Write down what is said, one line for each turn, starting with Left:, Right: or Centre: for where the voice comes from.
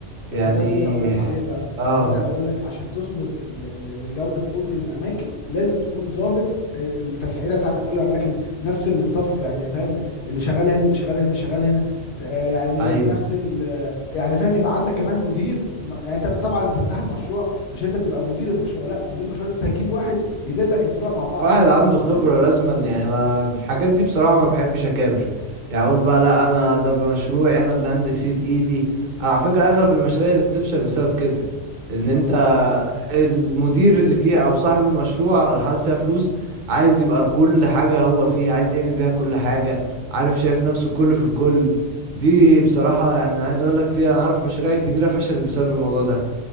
Left: طب
Right: يعني
Left: ما ده اللي لسه هقولك عليه بقى
Right: اه
Left: يعني انت بقول لك عشان تظبط ال- ال- ال- الجوده في كل الاماكن لازم تكون ظابط ال- التسعيره بتاعتك في كل الاماكن نفس الاستاف يعني فاهم اللي شغال هنا اللي شغال هنا اللي شغال هنا آه، يعني
Right: ايوه
Left: نفس ال آه، يعني فاهم يبقى عندك كمان مدير م- يعني انت طبعا انت صاحب مشروع مش انت بتبقى مدير المشروع لا مدير المشروع ده انت هتجيب واحد يدير لك الفروع مع بعض
Right: واحد عنده خبرة
Left: وانت
Right: لازما يعني ما في الحاجات دي بصراحة ما بحبش اكابر يعني اقول
Left: بالظبط
Right: بقى لا انا ده مشروعي انا اللي هنزل فيه بايدي على فكرة اغلب المشاريع اللي بتفشل بسبب كده ان انت
Left: الله ينور عليك
Right: المدير اللي فيها او صاحب المشروع اللي حاطط فيها فلوس عايز يبقى كل حاجة هو فيها عايز يعمل بيها كل حاجة عارف شايف نفسه كله في الكل دي بصراحة يعني انا عايز اقول لك فيها انا اعرف مشاريع كتيرة فشلت بسبب الموضوع ده